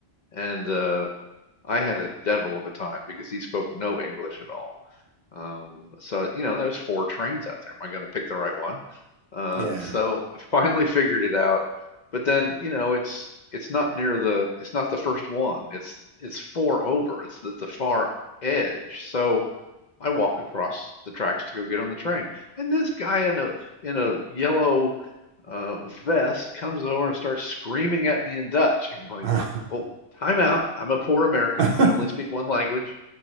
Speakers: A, on the left; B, on the right.
A: and uh, I had a devil of a time because he spoke no English at all. Um, so, you know, there's four trains out there. Am I going to pick the right one? Uh,
B: yeah.
A: so <laughs> I finally figured it out. But then, you know, it's it's not near the it's not the first one. It's it's four over. It's at the far edge. So I walk across the tracks to go get on the train, and this guy in a in a yellow uh, vest comes over and starts screaming at me in Dutch and going,
B: Ah.
A: "Oh, time out! I'm a poor American.
B: <laughs>
A: I only speak one language.